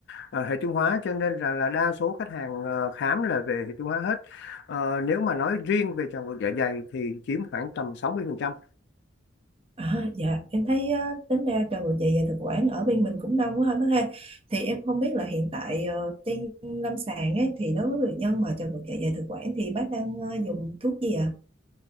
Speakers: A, on the left; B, on the right.
A: ờ, hệ tiêu hóa cho nên là là đa số khách hàng ờ, khám là về hệ tiêu hóa hết. Ờ, nếu mà nói riêng về tràng ngược dạ dày thì chiếm khoảng tầm 60%.
B: À, dạ em thấy á, tính ra trò ngược dạ dày thực quản ở bên mình cũng đông quá ha bác ha thì em không biết là hiện tại ờ, trên lâm sàng ấy thì đối với bệnh nhân mà trào ngược dạ dày thực quản thì bác đang ờ, dùng thuốc gì ạ